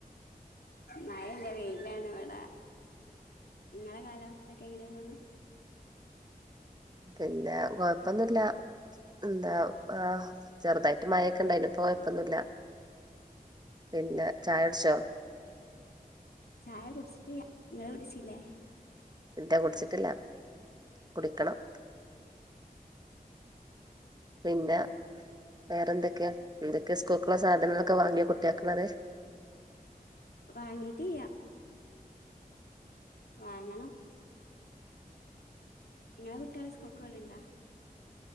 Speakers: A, on the left; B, on the right.
A: മയല്ല വെയ്ലാണ് ഇവടാ ഇങ്ങളെ കാലാവസ്ഥക്കെങ്ങെനെ പോണ്
B: പിന്നെ കൊഴപ്പൊന്നുല്ല ന്താ ആ ചെർതായ്ട്ട് മയൊക്കെണ്ടായ്ന് ഇപ്പോ കൊയപ്പൊന്നുല്ല പിന്നെ ചായുട്ച്ചോ
A: ചായ കുട്ച്ച്ട്ടിയ്യ ങ്ങള് കുട്ച്ചീലേ
B: ഇല്ല കുട്ച്ച്ട്ട്ല്ല കുടിക്കണം പിന്നെ വേറെന്തൊക്കെയാ എന്തൊക്കെ സ്കൂക്ക്ള്ള സാധനങ്ങളൊക്കെ വാങ്ങ്യൊ കുട്ട്യാക്ക്ള്ളത്
A: വാങ്ങീട്ടിയ്യ വാങ്ങണം ഇങ്ങെളെ കുട്ട്യാള് സ്കു ക്കോണ് ണ്ടാ